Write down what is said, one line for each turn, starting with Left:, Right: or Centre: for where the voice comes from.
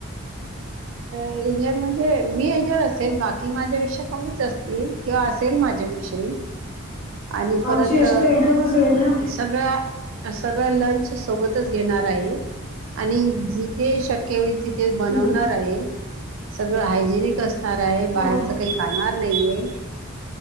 Right: हेजडजड म्हणजे मी हेजड असेल बाकी माझ्या विष्यात कमीच असतील किंवा असेल माझ्यापेक्षाही आणि परत
Left: आमची एज तर एकदमच होईल ना
Right: सगळ सगळं लंच सोबतच घेणार आहे आणि जिथे शक्य तिथे बनवणार
Left: हम्म
Right: आहे सगळ हायजेनिक अस आहे बाहेरच
Left: हो.
Right: काही खाणार नाहीे